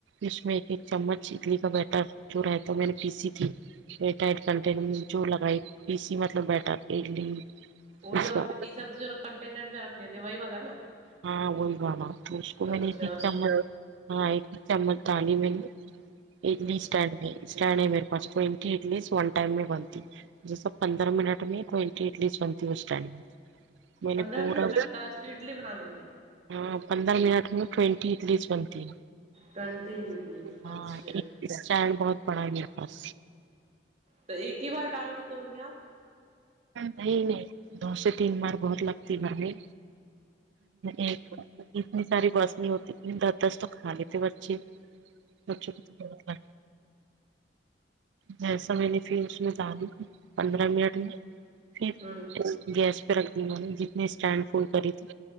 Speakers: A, on the right (about 80°); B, on the right (about 40°).
A: اس میں ایک ایک چمچ اڈلی کا بیٹر جو رہتا میں نے پیسی تھی ایر ٹائٹ کنٹینر میں جو لگائی پیسی مطلب بیٹر اڈلی
B: وہ
A: اس
B: جو آپ
A: کا
B: نے پیسا کنٹینر میں رکھے تھے وہی والا نا
A: ہاں وہاں اس کو
B: اچھا
A: میں نے ایک ایک
B: اس
A: چمچ ہاں ایک ایک چمچ دالی میں نے اڈلی
B: ہاں
A: اسٹینڈ ہے اسٹینڈ ہے میرے پاس ٹوئنٹی اڈلیس ون ٹائم میں بنتی جیساپندرہ منٹ میں ٹوئنٹی اڈلیس بنتی ہے اسٹینڈ میں میں نے
B: پندرہ
A: پورا
B: منٹ لگتا ہے اس اڈلی بنانے میں
A: ہاں پندر منٹ میں ٹوینٹی اڈلی بنتی ہے
B: تونتے عدلیس
A: ہاں
B: اچھا
A: اسٹینڈ بہت بڑا ہے میرے پاس
B: تو ایک ہی بار ڈال دیتے ہوں گے آپ
A: نہیں نہیں دو سے تین بار بہت لگتی گھر میں ایک اتنی ساری بس نہیں ہوتی دس دس تو کھا لیتے بچے <unintelligible> اچھا جیسا میں نے پھر اس میں دالی پندرہ منٹ پھر
B: ہوں
A: گیس پہ رکھ دی میں نے جتنے اسٹینڈ فل کری تھی